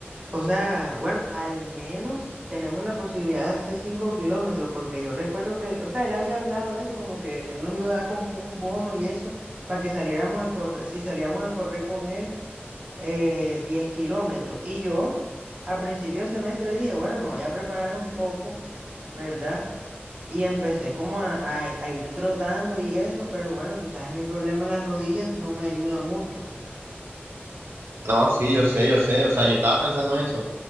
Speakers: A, on the right; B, on the right.
A: O sea, bueno, al menos tenemos la posibilidad de hacer cinco kilómetros, porque yo recuerdo que, él- o sea, él había hablado de eso, como que él nos iba a dar como un bono y eso, para que saliéramos a correr, si salíamos a correr con él, eh, 10 kilómetros. Y yo, a principio de semestre, dije, bueno, me voy a preparar un poco, ¿verdad? Y empecé como a, a a ir trotando y eso, pero bueno, tú sabes, mi problema en las rodillas no me ayuda mucho.
B: No, sí, yo sé, yo sé. O sea, yo estaba pensando en eso. O